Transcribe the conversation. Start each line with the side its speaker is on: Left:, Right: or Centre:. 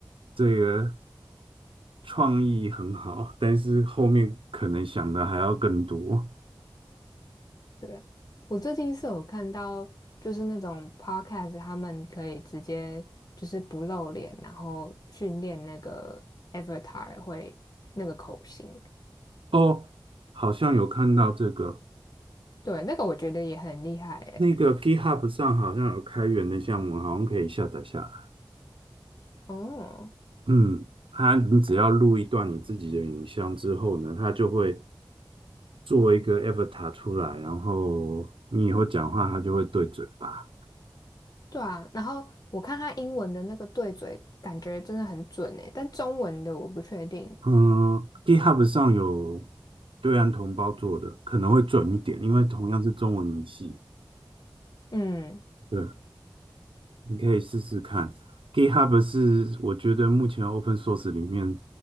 Right: 这个创意很好，但是后面可能想的还要更多。
Left: 对，我最近是有看到，就是那种 podcast，他们可以直接就是不露脸，然后训练那个 avatar 会那个口型，
Right: 哦，好像有看到这个，
Left: 对，那个我觉得也很厉害诶。
Right: 那个 GitHub 上好像有开源的项目，好像可以下载下来。
Left: 哦，
Right: 嗯，它你只要录一段你自己的影像之后呢，它就会做一个 avatar 出来，然后你以后讲话，它就会对嘴巴。
Left: 对啊，然后我看他英文的那个对嘴，感觉真的很准诶，但中文的我不确定。
Right: 嗯，GitHub 上有对岸同胞做的，可能会准一点，因为同样是中文语系。
Left: 嗯
Right: 对，你可以试试看。GitHub 是我觉得目前 open source 里面